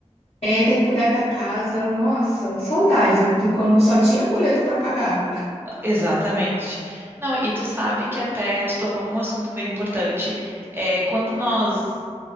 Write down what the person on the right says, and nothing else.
exatamente. Não, e tu sabe que até tu tocou num assunto bem importante. É, quando nós